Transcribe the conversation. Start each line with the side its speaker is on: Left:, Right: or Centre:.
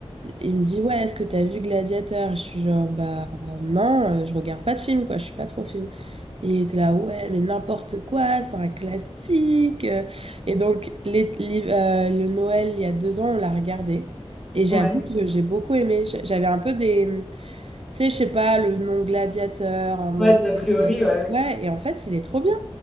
Right: il me dit, ouais, est-ce que t'as vu Gladiateur? Je suis genre, bah non, euh, je regarde pas de film, quoi, je suis pas trop film. Et il était là, ouais, mais n'importe quoi, c'est un classique. euh. Et donc, les- les- euh, le Noël, il y a deux ans, on l'a regardé. Et j'avoue
Centre: Ouais.
Right: que j'ai beaucoup aimé. J'a- J'avais un peu des, tu sais, je sais pas, le nom Gladiateur en mode,
Centre: Ouais, des a
Right: ouais,
Centre: priori,
Right: ça-
Centre: ouais.
Right: ouais, et en fait, il est trop bien.